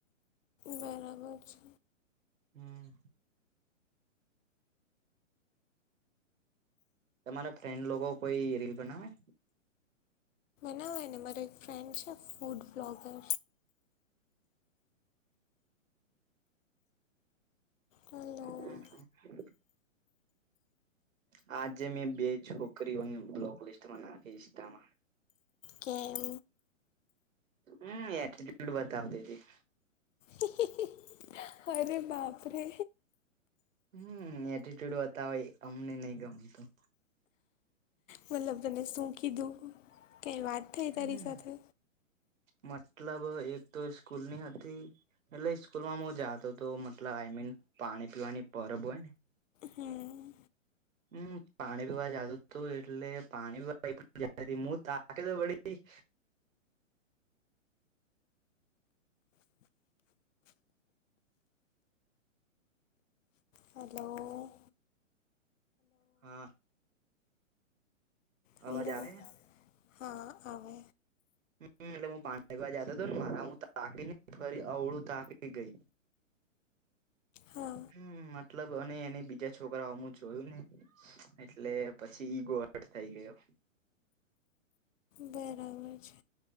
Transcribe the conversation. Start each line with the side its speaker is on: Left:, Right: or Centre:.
Left: બરાબર છે.
Right: હમ્મ. તમારા ફ્રેન્ડ લોકો કોઈ રીલ બનાવે?
Left: ના હોય ને મારો એક ફ્રેન્ડ છે ફૂડ બ્લોગર હલો
Right: હા હા હા હા. આજે મેં બે છોકરીઓને બ્લોક લિસ્ટમાં નાખી ઈસ્ટામાં.
Left: કેમ?
Right: હમ્મ એટ્રીટ્યુડ બતાવતી થી.
Left: હી હી હી. અરે બાપરે.
Right: હમ્મ, એટીટ્યુડ બતાવે ઈ અમને નહ ગમતું.
Left: મતલબ મને સૂ કીધું કંઈ વાત થઈ તારી
Right: હમ્મ,
Left: સાથે
Right: મતલબ એક તો સ્કૂલની હતી. એટલે સ્કૂલ માં હું જાતો હતો મતલબ આઈ મીન પાણી પીવાની પરબ હોય ને
Left: હમ્મ.
Right: હમ્મ, પાણી પીવા જાતું તું એટલે પાણી પીવા તા તો પડી <inaudible>
Left: હાલો.
Right: હા.
Left: હલો
Right: અવાજ આવે હે?
Left: હા આવે.
Right: હમ્મ, એટલે હું પાં જતો હતો ને મારા હું તાકી ન ફરી અવળું તાકી ગઈ.
Left: હા
Right: હમ્મ, મતલબ અને એન બીજા છોકરાઓમું જોયું નઈ. એટલે પછી ઈગો હટ થઈ ગયો.
Left: બરાબર છે.